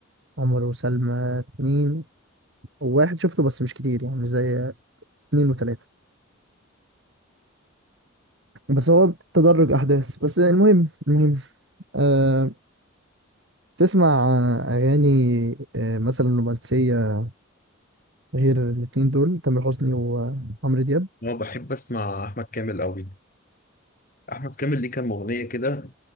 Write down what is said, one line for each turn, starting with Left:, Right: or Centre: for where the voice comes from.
Right: عمر وسلمى اتنين وواحد شفته بس مش كتير يعني مش زي اتنين وتلاتة بس هو تدرج احداث بس المهم المهم أه تسمع آه، أغاني آه، مثلا رومانسية غير الاتنين دول تامر حسني وعمرو دياب
Left: انا بحب اسمع احمد كامل قوي احمد كامل ليه كام اغنيه كده